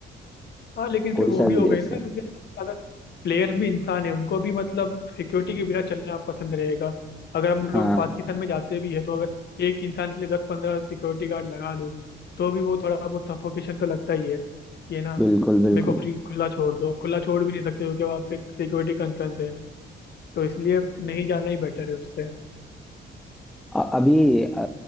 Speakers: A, on the left; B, in the centre.
A: हाँ लेकिन फिर
B: कोई
A: वो
B: सा
A: भी
B: भी
A: हो
B: देश
A: गई ना
B: है
A: क्योंकि अगर प्लेयर भी इंसान है उनको भी मतलब सिक्योरिटी के बिना चलना पसंद रहेगा अगर हम लोग
B: हाँ
A: पाकिस्तान में जाते भी है तो अगर एक इंसान के लिए दस पंद्रह सिक्योरिटी गार्ड लगा दो तो भी वो थोड़ा बहुत सफोकेशन तो लगता ही है कि है ना
B: बिल्कुल बिल्कुल
A: मेरे को फ्री खुला छोड़ दो खुला छोड़ भी नहीं सकते क्योंकि वहाँ पे सिक्योरिटी कंसर्न है तो इसलिए नहीं जाना ही बेटर है उससे
B: अ- अभी अ,